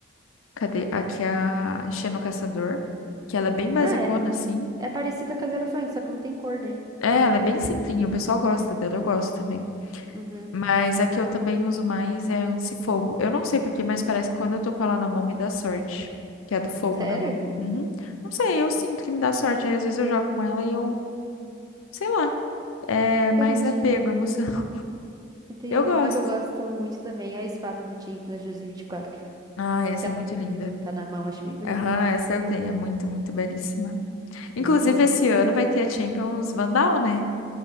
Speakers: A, on the left (about 85°); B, on the right (about 20°).
A: cadê? Aqui a Xeno Caçador, que ela é bem basicona
B: Ah, é,
A: assim.
B: é parecida com a Zero Funk, só que não tem cor, né?
A: É, ela é bem simplinha, o pessoal gosta dela, eu gosto também.
B: Uhum.
A: Mas a que eu também uso mais é a Ansi Fogo. Eu não sei por porquê, mas parece que quando eu tô com ela na mão me dá sorte. Que é do fogo
B: Sério?
A: na mão.
B: <laughs>
A: Uhum. Não sei, eu sinto que me dá sorte. Aí às vezes eu jogo com ela e eu, sei lá, é mais
B: Entendi.
A: apego emocional. <laughs>
B: Entendi.
A: Eu gosto.
B: Uma que eu gosto muito também é a espada do Champions dois mil e vinte e quatro.
A: Ah, essa
B: Que ela
A: é muito linda.
B: fazia quando tá na mão, acho bem bonito.
A: Aham, essa eu tenho, é muito, muito belíssima. Inclusive,
B: Uhum.
A: esse ano vai ter a Champions Vandal, né?